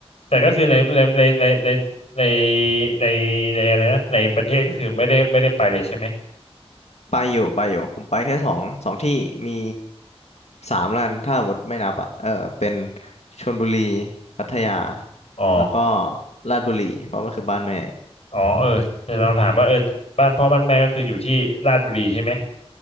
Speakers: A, on the left; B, on the left.
A: แต่ก็คือในในในในในในในในอะไรนะในประเทศก็คือไม่ได้ไม่ได้ไปเลยใช่ไหม
B: ไปอยู่ไปอยู่ผมไปแค่สองสองที่มีสามร้านถ้าหมดไม่นับอ่ะเออเป็นชลบุรีพัทยา
A: อ๋อ
B: แล้วก็ลาดบุรีเพราะมันคือบ้านแม่
A: อ๋อเออจะลองถามว่าเออบ้านพ่อบ้านแม่ก็คืออยู่ที่ราชบุรีใช่ไหม